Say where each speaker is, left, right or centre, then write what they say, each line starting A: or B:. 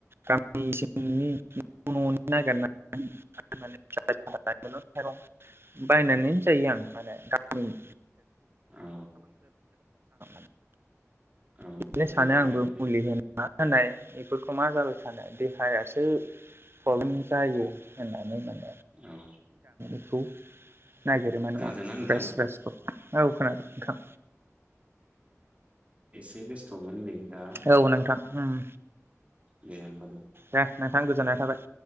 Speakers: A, on the right (about 45°); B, on the right (about 25°).
A: गामि सिंनि न' न'नि नागिरनानै <unintelligible> बायनानैनो जायो आं माने गामिनि
B: औ
A: <unintelligible>
B: औ
A: बिदिनो सानो
B: जेबो
A: आंबो
B: नङा दे
A: मुलि होनाङा होनाय बेफोरखौ मा जाबाय थानो देहायासो फ्रब्लेम जायो होननानै माने
B: औ
A: खौ नागिरो माने
B: खोनादोंना
A: आं
B: नोंथां
A: फ्रेस फ्रेसखौ औ खोनादों नोंथां
B: बे बेस्थ' मोन नै दा
A: औ नोंथां उम
B: दे होमबालाय
A: दे नोंथां गोजोननाय थाबाय।